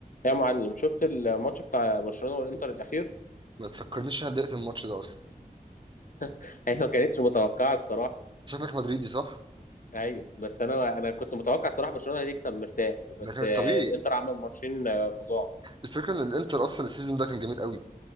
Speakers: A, on the left; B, on the right.
A: إيه يا معلم شفت الماتش بتاع برشلونة والانتر الاخير
B: ما تفكرنيش إن انا ضايقت الماتش ده اصلا
A: <laughs> هي ما كانتش متوقعة الصراحة
B: شكلك مدريدي صح
A: ايوه بس انا انا كنت متوقع الصراحة برشلونة هتكسب مرتاح بس
B: ده كان الطبيعي
A: آه، الانتر عمل ماتشين آه، فظاع
B: الفكره ان الانتر اصلا السيزون ده كان جامد قوي